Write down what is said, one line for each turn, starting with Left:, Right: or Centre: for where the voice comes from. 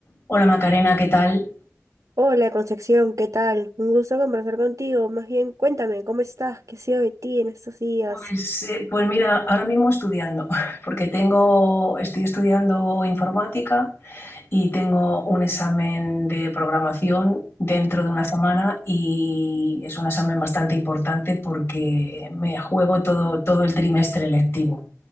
Left: Hola Macarena, ¿qué tal?
Right: Hola Concepción, ¿qué tal? Un gusto conversar contigo. Más bien, cuéntame, ¿cómo estás? ¿Qué ha sido de ti en estos días?
Left: Pues, eh, pues mira, ahora mismo estudiando, <laughs> porque tengo, estoy estudiando informática y tengo un examen de programación dentro de una semana y es un examen bastante importante porque me juego todo, todo el trimestre lectivo,